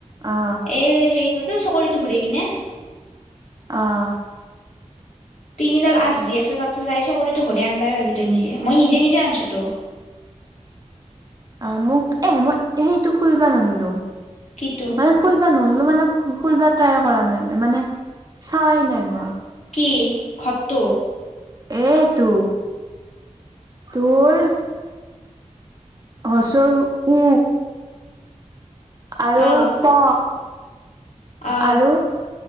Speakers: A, on the right; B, on the left.
A: অ
B: এই সেই এইটো চকৰিতো ঘূৰে কিনে
A: অ'!
B: তিনিডাল আঁচ দিয়া আছে। তাতে যাই চকৰিতো ঘুৰাই আনিব পাৰিবি। তই নিজে, মই নিজে নিজে আনিছোঁ। ত'
A: অ'! মোক এ, মই সেইটো খুলিব নোৱাৰিলোঁ।
B: কিটো
A: মানে, খুলিব নোৱাৰিলোঁ মানে খুলিব ট্ৰাই কৰা নাই, মানে চোৱাই নাই মই।
B: কি? খ্তটো?
A: এ টো তোৰ উ, ও। আৰু
B: অ
A: প।
B: অ
A: আৰু